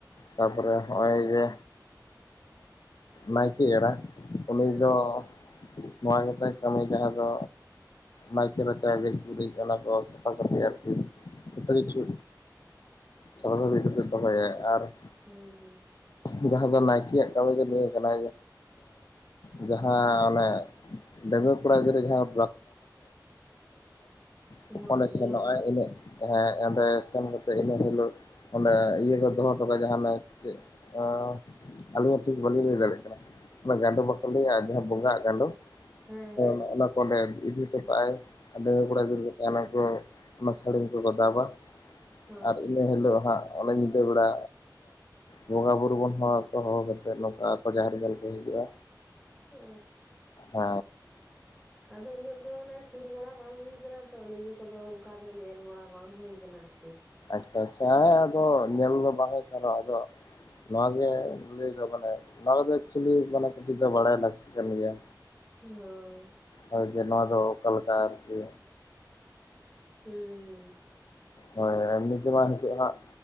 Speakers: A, on the left; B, in the centre.
A: ᱛᱟᱯᱚᱨᱮ ᱦᱚᱜᱼᱚᱭ ᱡᱮ ᱱᱟᱭᱠᱮ ᱮᱨᱟ ᱩᱱᱤ
B: ᱦᱮᱸ
A: ᱫᱚ ᱱᱚᱣᱟ ᱜᱮᱛᱟᱭ ᱠᱟᱹᱢᱤ ᱡᱟᱦᱟᱸ ᱫᱚ ᱱᱟᱭᱠᱮ ᱨᱟᱪᱟ ᱜᱮᱡ ᱜᱩᱨᱤᱡ ᱚᱱᱟ ᱠᱚ ᱥᱟᱯᱷᱟ ᱥᱟᱯᱷᱤ ᱟᱨᱠᱤ ᱡᱚᱛᱚ ᱠᱤᱪᱷᱩ <unintelligible>
B: ᱦᱩᱸ ᱦᱩᱸ
A: ᱡᱟᱦᱟᱸ ᱫᱚ ᱱᱟᱭᱠᱮᱭᱟᱜ ᱠᱟᱹᱢᱤ ᱫᱚ ᱱᱤᱭᱟᱹ ᱠᱟᱱᱟ ᱡᱟᱦᱟᱸ ᱚᱱᱮ ᱰᱟᱹᱜᱣᱟ. ᱠᱚᱲᱟ ᱜᱤᱫᱽᱨᱟᱹ ᱡᱟᱦᱟᱸ <unintelligible>
B: ᱦᱳᱭ
A: ᱚᱱᱮ
B: ᱡᱟᱦᱮᱨ
A: ᱥᱮᱱᱚᱜᱼᱟᱭ
B: ᱫᱟᱵ
A: ᱮᱱᱮᱡ ᱦᱮᱸ ᱚᱸᱰᱮ ᱥᱮᱱ ᱠᱟᱛᱮᱜ ᱤᱱᱟᱹ ᱦᱤᱞᱚᱜ ᱚᱸᱰᱮ ᱤᱭᱟᱹ ᱠᱚ ᱫᱚᱦᱚ ᱟᱱᱟ ᱡᱟᱸᱦᱟ ᱱᱟᱭᱠᱮ ᱟᱸ ᱟᱹᱞᱤᱧ ᱦᱚᱸ ᱴᱷᱤᱠ ᱵᱟᱹᱞᱤᱧ ᱞᱟᱹᱭ ᱫᱟᱲᱮᱭᱟᱜ ᱠᱟᱱᱟ᱾ ᱚᱱᱟ ᱜᱟᱸᱰᱳ ᱵᱟᱠᱚ ᱞᱟᱹᱭᱟ ᱡᱟᱦᱟᱸ ᱵᱚᱸᱜᱟ ᱦᱟᱜ ᱜᱟᱸᱰᱳ
B: ᱦᱮᱸ ᱦᱮᱸ
A: ᱚᱱᱟ ᱚᱸᱰᱮ ᱤᱫᱤ ᱦᱚᱴᱚ ᱠᱟᱜᱼᱟᱭ <unintelligible>
B: ᱚ
A: ᱚᱱᱟ ᱥᱟᱹᱲᱤᱢ ᱠᱚᱠᱚ ᱫᱟᱵᱟ
B: ᱦᱳᱭ
A: ᱟᱨ ᱤᱱᱟᱹ ᱦᱤᱞᱳᱜ ᱦᱟᱸᱜ ᱚᱱᱟᱚᱱᱮ ᱧᱤᱫᱟᱹ ᱵᱮᱲᱟ ᱵᱚᱸᱜᱟᱼ ᱵᱩᱨᱩᱳ ᱵᱚᱱ ᱦᱚᱦᱚᱣᱟᱠᱚᱣᱟ ᱦᱚᱦᱚ ᱠᱟᱛᱮ ᱱᱚᱝᱠᱟ ᱟᱠᱚ ᱡᱟᱦᱮᱨ ᱧᱮᱞ ᱠᱚ ᱦᱤᱡᱩᱜᱼᱟ᱾
B: ᱚ
A: ᱦ
B: ᱟᱫᱚ ᱩᱱᱟᱹᱜ ᱫᱚ ᱢᱟᱱᱮ ᱥᱩᱨ ᱵᱟᱲᱟᱟ ᱵᱟᱝ ᱦᱩᱭ ᱠᱟᱱᱟᱟᱱᱟ ᱛᱚ ᱱᱤᱡᱮ ᱠᱚᱫᱚ ᱚᱱᱠᱟ ᱫᱚ ᱧᱮᱞ ᱵᱟᱲᱟ ᱵᱟᱝ ᱦᱩᱭᱭᱟ ᱟᱠᱟᱱᱟ ᱟᱨᱠᱤ
A: ᱟ ᱟᱪᱪᱷᱟ ᱦᱸ ᱟᱫᱚ ᱧᱮᱞ ᱫᱚ ᱵᱟᱝ ᱦᱩᱭᱩᱜ ᱟᱠᱟᱱ ᱨᱮᱸᱦᱚ ᱟᱫᱚ ᱱᱚᱣᱟᱜᱮ ᱞᱟᱹᱭ ᱫᱚ ᱢᱟᱱᱮ ᱱᱚᱣᱟ ᱫᱚ ᱮᱠᱪᱩᱞᱤ ᱢᱟᱱᱮ ᱠᱟᱹᱴᱤᱡ ᱫᱚ ᱵᱟᱲᱟᱭ ᱞᱟᱹᱠᱛᱤ ᱠᱟᱱ ᱜᱮᱭᱟ᱾
B: ᱦᱳᱭ
A: ᱦᱳᱭ ᱡᱮ ᱱᱚᱣᱟ ᱫᱚ ᱚᱠᱟᱞᱮᱠᱟ ᱟᱨᱠᱤ
B: ᱦᱩᱸ ᱦᱩᱸ
A: ᱦᱳᱭ ᱮᱢᱱᱤ ᱛᱮ ᱢᱟ ᱦᱮᱪᱩᱜ ᱦᱟᱜ